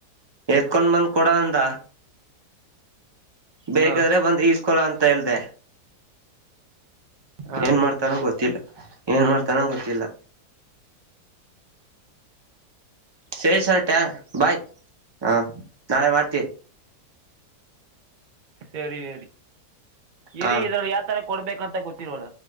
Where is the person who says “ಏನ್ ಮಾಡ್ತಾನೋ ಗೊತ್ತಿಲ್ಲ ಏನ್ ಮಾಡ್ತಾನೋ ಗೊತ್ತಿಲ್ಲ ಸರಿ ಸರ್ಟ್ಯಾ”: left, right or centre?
Right